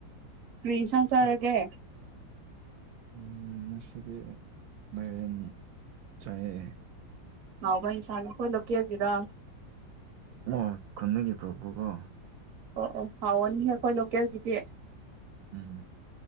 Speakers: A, on the right (about 50°); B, on the right (about 75°).
A: ꯔꯔꯤꯟꯁꯥꯎ ꯆꯥꯔꯒꯦ
B: ꯇꯛ ꯎꯝ ꯃꯁꯗꯤ ꯥꯏꯔꯦꯟ ꯆꯥꯏ
A: ꯍꯥꯎꯕꯟꯁꯦ ꯍꯣꯏꯂ ꯀꯦꯒꯔ
B: ꯑꯣ ꯈꯪꯅꯈꯤꯕ ꯄ꯭ꯔꯣꯕꯨꯀꯣ
A: ꯑꯣ ꯑꯣ ꯍꯥꯎꯅꯤꯍꯦ ꯑꯩꯈꯣꯏ ꯂꯣꯀꯦꯜꯒꯤꯗꯤ
B: ꯎꯝ